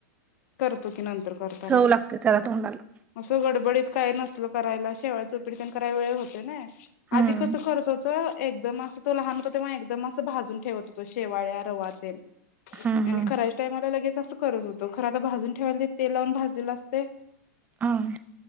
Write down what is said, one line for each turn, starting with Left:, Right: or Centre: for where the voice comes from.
Left: करतो की नंतर करताना
Right: चव लागते त्याला तोंडाला
Left: अस गडबडीत काय नसल करायला शेवाळ्याचा उपीट तेन करायला वेळ होतोय ना
Right: हम्म
Left: आधी कसं करत होतो. एकदम असं तो लहान होता तेव्हा एकदम असं भाजून ठेवत होतो शेवाळ्या रवा तेन
Right: हम्म
Left: आणि
Right: हम्म
Left: करायच्या टाइमाला लगेच असं करत होतो खरं तर भाजून ठेवायला तेल लावून भाजलेलं असतय
Right: हम्म